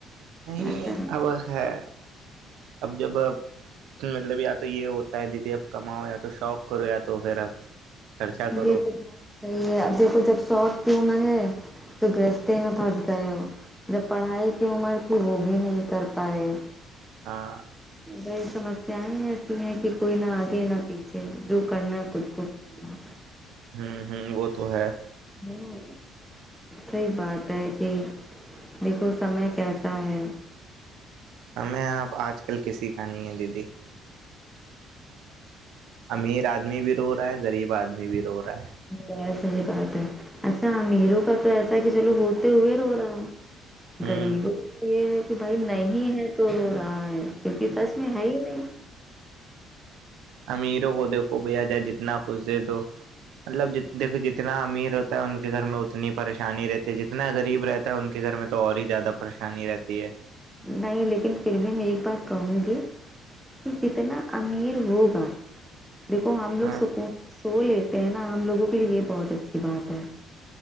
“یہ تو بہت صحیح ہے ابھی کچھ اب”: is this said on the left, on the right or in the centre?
Centre